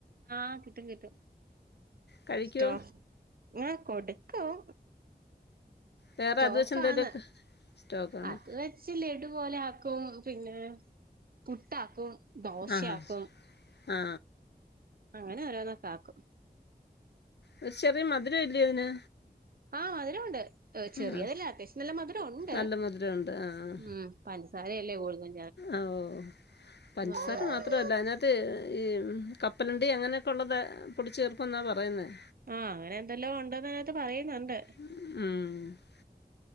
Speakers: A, on the right; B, on the left.
A: ആഹ് കിട്ടും കിട്ടും
B: കഴിക്കുമോ
A: സ്റ്റോ ആ കൊടുക്കും
B: വേറെ
A: സ്റ്റോക്കാണ്
B: അത് വെച്ച് എന്തെങ്കിലുമൊക്കെ സ്റ്റോക്കാണ്
A: അത് ച്ച് ലഡു പോലെ ആക്കും പിന്നെ പുട്ടാക്കും ദോശയാക്കും
B: ആ ഹാ ആഹ
A: അങ്ങനെ ഓരോന്നൊക്കെ ആക്കും
B: ഒരു ചെറിയ മധുരം ഇല്ലേ തിന്
A: ആ മധുരമണ്ട്
B: ആ
A: ചെറിയതല്ല അത്യാവശ്യം നല്ല മധുരം ഉണ്ട്
B: നല്ല മധുരമുണ്ട് ആ ആ.
A: മ് പഞ്ചസാര അല്ലേ ഉയ് ന്ന്
B: ആ ഓ പഞ്ചസാരം
A: മധുരമുണ്ട്
B: മാ ത്രല്ല അതിനകത്ത് ഈ കപ്പലുണ്ടി അങ്ങനെയൊക്കെ ഉള്ളത് പൊടിച്ച് ചേർക്കുമെന്നാണ് പറയുന്നത്
A: ആഹ് അങ്ങനെ ന്തെല്ലോ ഉണ്ടന്ന് പറയുന്നുണ്ട്
B: ഉം